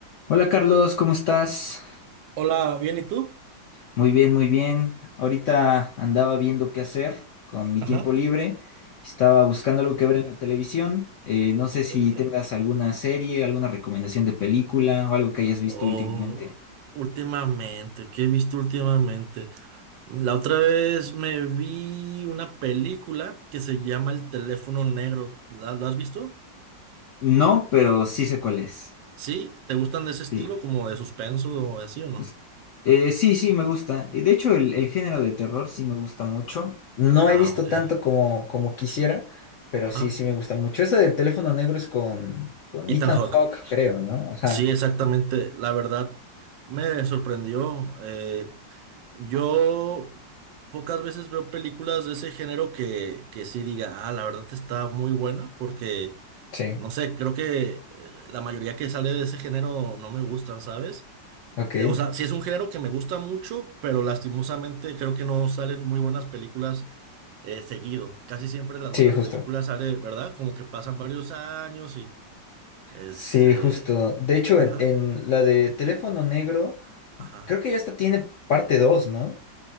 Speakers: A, on the left (about 65°); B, on the right (about 80°).
A: Hola Carlos, ¿cómo estás?
B: Hola, bien, ¿y tú?
A: Muy bien, muy bien. Ahorita andaba viendo qué hacer con mi
B: Ajá.
A: tiempo libre. Estaba buscando algo que ver en la televisión. Eh, no sé
B: Ok,
A: si
B: ok.
A: tengas alguna serie, alguna recomendación de película o algo que hayas visto
B: Oh,
A: últimamente.
B: últimamente, ¿qué he visto últimamente? La otra vez me vi una película que se llama El teléfono negro. ¿La, la has visto?
A: No, pero sí sé cuál es.
B: ¿Sí? ¿Te gustan de ese estilo,
A: Sí.
B: como de suspenso o así o no?
A: Es- eh, sí, sí, me gusta. Y de hecho, el, el género de terror sí me gusta mucho. No
B: Ah,
A: he visto
B: ok.
A: tanto como, como quisiera, pero
B: Ajá.
A: sí, sí me gusta mucho. Eso del teléfono negro es con, con
B: Ethan
A: Ethan
B: Hawke.
A: Hawke, creo, ¿no? Ajá.
B: Sí, exactamente. La verdad me sorprendió. eh, yo pocas veces veo películas de ese género que, que sí diga, ah, la verdad está muy buena, porque,
A: Sí.
B: no sé, creo que eh, la mayoría que sale de ese género no me gustan, ¿sabes?
A: Ok.
B: Eh, o sea, sí es un género que me gusta mucho, pero lastimosamente creo que no salen muy buenas películas eh, seguido. Casi siempre las
A: Sí,
B: buenas
A: justo.
B: películas sale, ¿verdad? Como que pasan varios años y, este,
A: Sí, justo. De hecho,
B: ajá,
A: en, en la de teléfono negro,
B: ajá.
A: creo que ya hasta tiene parte 2, ¿no?